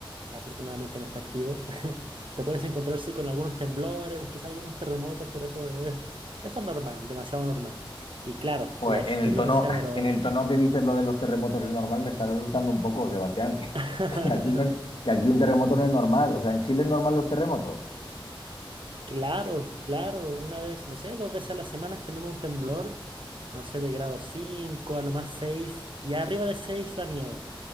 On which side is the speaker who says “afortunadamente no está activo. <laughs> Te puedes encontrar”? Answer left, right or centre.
Right